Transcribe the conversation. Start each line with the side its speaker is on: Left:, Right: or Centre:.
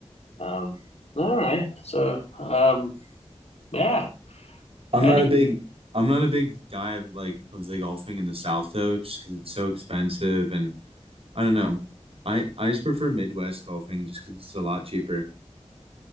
Left: Um, all right. So, um, yeah.
Right: I'm
Left: Any
Right: not a big I'm not a big guy of like of the golfing in the South though, just because it's so expensive and I don't know. I I just prefer Midwest golfing just because it's a lot cheaper.